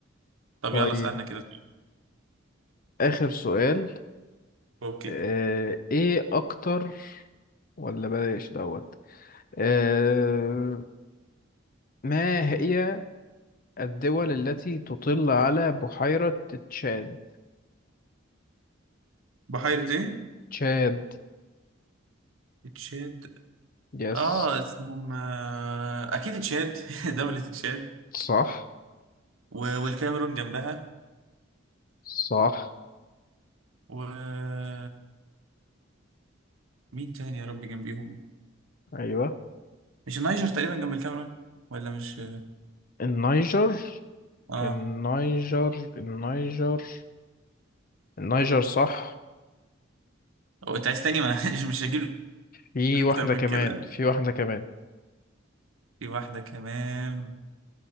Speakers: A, on the right; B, on the left.
A: طب
B: طيب
A: يلا اسألنا كده سؤال.
B: آخر سؤال
A: اوكي
B: آه... إيه أكتر ولا بلاش دوت آه... ما هي الدول التي تطل على بحيرة تشاد
A: بحيرة ايه؟
B: تشاد
A: تشاد
B: يس
A: اه اسمهم آه، اكيد تشاد <laughs> دولة تشاد
B: صح
A: و- والكاميرون جنبها
B: صح
A: و مين تاني يا ربي جنبيهم؟
B: ايوه
A: مش النيجر تقريبا جنب الكاميرون ولا مش
B: النيجر
A: اه
B: النيجر النيجر النيجر صح
A: هو انت عايز تاني ما انا <laughs> مش هجيب لك
B: في
A: اكتر
B: واحدة
A: من
B: كمان
A: كده
B: في واحدة كمان
A: في واحدة كمان